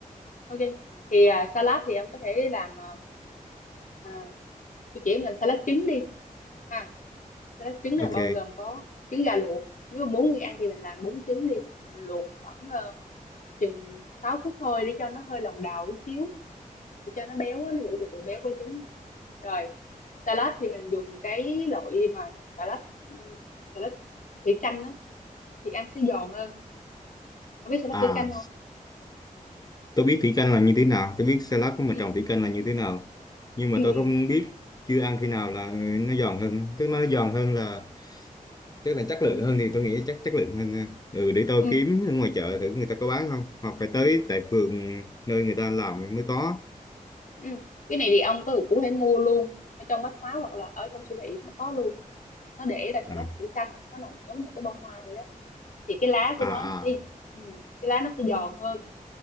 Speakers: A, on the left; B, on the left.
A: ok thì à, salad thì em có thể làm à, à, tôi chỉ em làm salad trứng đi ha salad trứng là
B: Ok.
A: bao gồm có trứng gà luộc nếu mà bốn người ăn thì mình làm bốn trứng đi mình luộc khoảng ờ, chừng 6 phút thôi để cho nó hơi lòng đào chút xíu để cho nó béo á, nó giữ được độ béo của trứng nha. rồi salad thì mình dùng cái loại mà salad ừm, salad thủy canh á thì ăn sẽ giòn hơn không biết salad
B: À
A: thủy canh không
B: tôi biết thủy canh là như thế nào, tôi biết salad của mình
A: ừ
B: trồng thủy canh là như thế nào. Nhưng
A: ừ
B: mà tôi
A: ừ
B: không biết chưa ăn khi nào là nó giòn hơn, tức nó giòn hơn là tức là chất lượng
A: ừ
B: hơn thì tôi nghĩ chắc chất lượng hơn ha. ừ để tôi
A: ừ
B: kiếm ở ngoài chợ thử người ta có bán không hoặc phải tới tại phường nơi người ta làm mới có
A: ừ. cái này thì ông có cũng có thể mua luôn ở trong bách hóa hoặc là ở trong siêu thị nó có luôn nó để là
B: à
A: xà lách thủy canh nó làm giống như một cái bông hoa vậy đó thì cái lá của
B: à
A: nó
B: à,
A: sẽ ừ, cái lá nó sẽ giòn hơn